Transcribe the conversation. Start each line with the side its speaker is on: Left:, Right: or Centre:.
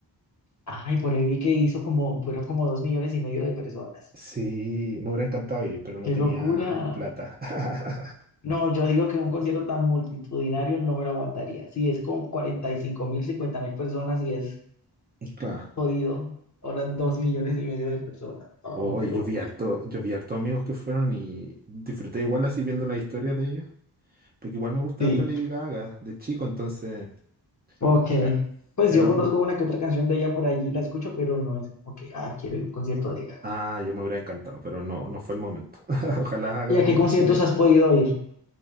Left: Ay, por ahí vi que hizo como, fueron como dos millones y medio de personas.
Right: Sí, me hubiera encantado ir, pero no
Left: ¡Qué
Right: tenía
Left: locura!
Right: plata. <laughs>
Left: No, yo digo que un concierto tan multitudinario no me lo aguantaría. Si es con cuarenta y cinco mil, cincuenta mil personas y es
Right: Claro.
Left: jodido, ahora 2 millones y medio de personas. Oh,
Right: Hoy
Left: qué locura.
Right: yo vi harto, yo vi harto amigos que fueron y disfruté igual así viendo las historias de ellos. Porque igual me gusta
Left: Sí,
Right: harto Lady Gaga de chico, entonces,
Left: ok.
Right: claro.
Left: Pues
Right: Era,
Left: yo conozco una que otra canción de ella por allí, la escucho, pero no es como que, ah, quiero ir a un concierto de Gaga.
Right: Ah, yo me hubiera encantado, pero no, no fue el momento. <laughs> Ojalá haga
Left: ¿Y a
Right: bueno
Left: qué conciertos
Right: en Chile.
Left: has podido ir?